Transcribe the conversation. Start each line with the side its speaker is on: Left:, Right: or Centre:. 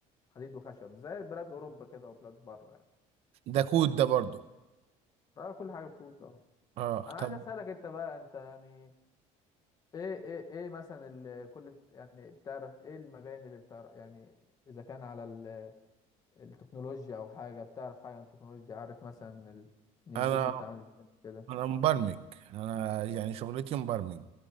Left: حديد وخشب زي بلاد أوروبا كده وبلاد بره يعني
Right: ده كود ده برضو
Left: ده كل حاجة بكوت اه
Right: اه
Left: أنا
Right: طب
Left: عايز أسألك أنت بقى أنت يعني إيه إيه إيه مثلا ال- كل يعني بتعرف إيه المباني اللي بتعرف يعني إذا كان على ال- التكنولوجيا أو حاجة بتعرف حاجة عن التكنولوجيا عارف مثلا ال- إن البيوت
Right: انا
Left: دي بتعمل إزاي كده
Right: انا مبرمج انا يعني شغلتي مبرمج